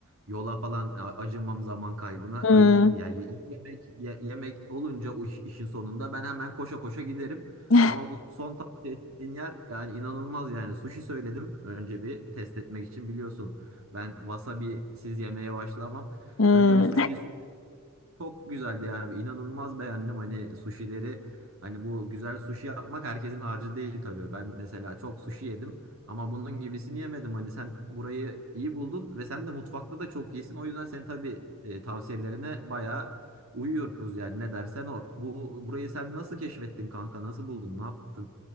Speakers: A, on the right; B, on the left.
A: yola falan a- acımam zaman kaybına.
B: Hmm,
A: İyi, yani iyi yemek ye- yemek olunca o iş- işin sonunda ben hemen koşa koşa giderim.
B: <laughs>
A: Ama bu son tavsiye ettiğin yer yani inanılmaz yani. Sushi söyledim önce bir test etmek için biliyorsun. Ben wasabi siz yemeye başlamam.
B: hmm.
A: Önce bir sushi çok güzeldi ya. abi. İnanılmaz beğendim hani suşileri. Hani bu güzel suşi yapmak herkesin harcı değil tabii. Ben mesela çok suşi yedim ama bunun gibisini yemedim. Hani sen burayı iyi buldun ve sen de mutfakta da çok iyisin. O yüzden senin tabii e, tavsiyelerine bayağı uyuyoruz yani ne dersen o. Bu burayı sen nasıl keşfettin kanka? Nasıl buldun? Ne yaptın?